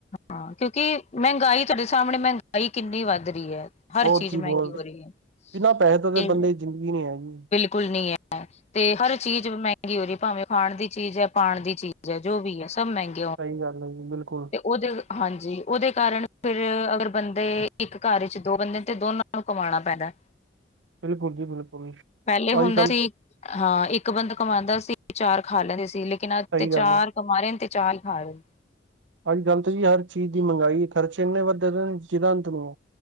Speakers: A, on the left; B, on the right.
A: ਹਾਂ, ਕਿਉਂਕਿ ਮਹਿੰਗਾਈ ਤੁਹਾਡੇ ਸਾਹਮਣੇ, ਮਹਿੰਗਾਈ ਕਿੰਨੀ ਵੱਧ ਰਹੀ ਐ। ਹਰ
B: ਬਹੁਤ
A: ਚੀਜ਼
B: ਹੀ
A: ਮਹਿੰਗੀ
B: ਬਹੁਤ
A: ਹੋ ਰਹੀ ਹੈ,
B: ਬਿਨਾਂ ਪੈਸੇ ਤੋਂ ਤਾਂ
A: ਤੇ
B: ਬੰਦੇ ਦੀ ਜ਼ਿੰਦਗੀ ਨਹੀਂ ਹੈਗੀ।
A: ਬਿਲਕੁਲ ਨਹੀ ਹੈ। ਤੇ ਹਰ ਚੀਜ਼ ਮਹਿੰਗੀ ਹੋ ਰਹੀ, ਭਾਵੇਂ ਖਾਣ ਦੀ ਚੀਜ਼ ਹੈ, ਪਾਣ ਦੀ ਚੀਜ਼ ਹੈ, ਜੋ ਵੀ ਹੈ, ਸਭ ਮਹਿੰਗੀ।
B: ਸਹੀ ਗੱਲ ਹੈ ਜੀ, ਬਿਲਕੁਲ।
A: ਉਹਦੇ, ਹਾਂਜੀ, ਉਹਦੇ ਕਾਰਨ ਫਿਰ ਅਗਰ ਬੰਦੇ ਇੱਕ ਘਰ ਵਿੱਚ ਦੋ ਬੰਦੇ ਨੇ, ਤੇ ਦੋਨਾਂ ਨੂੰ ਕਮਾਉਣਾ ਪੈਂਦਾ।
B: ਬਿਲਕੁਲ ਜੀ ਬਿਲਕੁਲ
A: ਪਹਿਲੇ
B: ਅੱਜ
A: ਹੁੰਦਾ
B: ਕੱਲ
A: ਸੀ। ਹਾਂ, ਇੱਕ ਬੰਦਾ ਕਮਾਉਂਦਾ ਸੀ, ਚਾਰ ਖਾ ਲੈਂਦੇ ਸੀ, ਲੇਕਿਨ
B: ਸਹੀ
A: ਅੱਜ ਤੇ ਚਾਰ
B: ਗੱਲ ਹੈ।
A: ਕਮਾ ਰਹੇ ਨੇ, ਤੇ ਚਾਰ ਹੀ ਖਾ ਰਹੇ ਨੇ।
B: ਅੱਜ-ਕਲ ਤਾਂ ਜੀ, ਹਰ ਚੀਜ਼ ਦੀ ਮੰਹਗਾਈ, ਖਰਚੇ ਇਨੇ ਵੱਧਦੇ ਨੇ, ਜਿੱਦਾਂ ਅੰਤ ਨੀ।